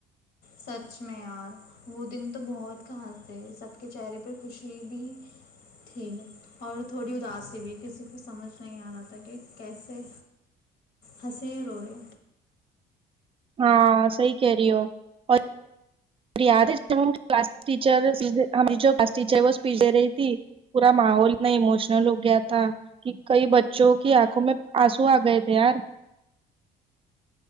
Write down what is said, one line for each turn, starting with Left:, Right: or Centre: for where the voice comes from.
Left: سچ میں یار وہ دن تو بہت خاص تھے سب کے چہرے پہ خوشی بھی تھی اور تھوڑی اداسسی بھی کسی کو سمجھ نہیں آ رہا تھا کہ کیسے ہنسے روئے
Right: ہاں صحی کہہ رہی ہو اوریا کلاس ٹیچر کلاس ٹیچر وہ پھے رہی تھی پورا ماحول اتنا اموشنل ہو گیا تھا کہ کئی بچوں کی آنکھوں میں آنسو آ گئے تھے یار